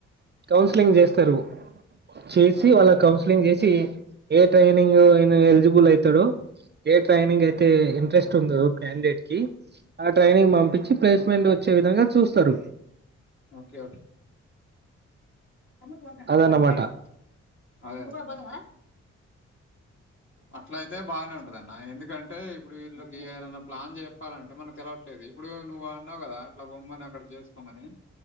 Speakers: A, on the right (about 35°); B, on the left (about 40°).
A: కౌన్సిలింగ్ చేస్తారు చేసి
B: ఆ!
A: వాళ్ళ కౌన్సిలింగ్ చేసి ఏ ట్రైనింగ్ ఈయన ఎలిజిబుల్ అయితాడు ఏ ట్రైనింగ్ అయితే ఇంట్రెస్ట్ ఉందదో క్యాండేట్ కి ఆ ట్రైనింగ్ పంపించి ప్లేస్మెంట్ వచ్చే విధంగా చూస్తారు
B: ఓకే తమ్ముడు ఫోన్ చేస్తాడు.
A: అదన్నమాట
B: వాడు బ్యాలేన్స్ ఇప్పుడు కూడ పోతవా అట్ల అయితే బాగానే ఉంటద అన్న ఎందుకంటే ఇప్పుడు వీళ్ళకి ఎదన్నా ప్లాన్ చెప్పాలంటే మనం తెలవట్లేదు ఇప్పుడు నువ్వు అన్నావు కదా అట్లా పొమ్మని అక్కడ చేసుకోమని